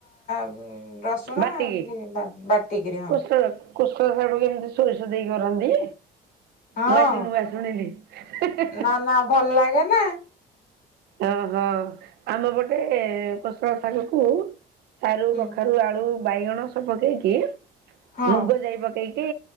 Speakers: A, on the left; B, on the right.
A: ଉଁ। ରସୁଣ
B: ବାଟିକି
A: ଏମିତି ବା-ବାଟିକିରି ହଁ।
B: କୋଶଳ କୋଶଳା ଶାଗକୁ ଏମିତି ସୋରିଷ ଦେଇ କରନ୍ତି।
A: ହଁ
B: ମୁଁ ଆଜିି ନୂଆ ଶୁଣିଲି ହେ ହେ ହେ।
A: ନା ନା ଭଲ ଲାଗେ ନା।
B: ଓହୋ ଆମ ପଟେ କୋଷଳା ଶାଗ କୁ। ସାରୁ,
A: ହୁଁ
B: କଖାରୁ, ଆଳୁ, ବାଇଗଣ ସବୁ ପକେଇକି
A: ହଁ
B: ମୁଗ, ଯାଇ ପକେଇ କି